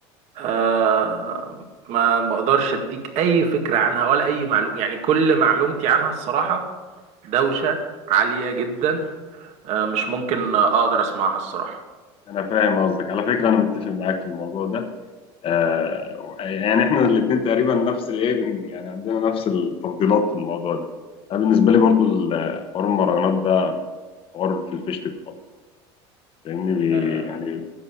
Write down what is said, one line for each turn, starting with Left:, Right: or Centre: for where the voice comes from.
Right: آه ما بقدرش اديك اي فكرة عنها ولا اي معلومة يعني كل معلومتي عنها الصراحة دوشة عالية جدا آه مش ممكن اقدر اسمعها الصراحة
Left: أنا فاهم قصدك على فكرة أنا متفق معاك في الموضوع ده آه، يعني إحنا الاتنين تقريبا نفس الإيه بن- يعني عندنا نفس التفضيلات في الموضوع ده أنا بالنسبة لي برضو ال- حوار المهرجانات ده حوار في الفيشتك خالص لان بي
Right: آه
Left: يعني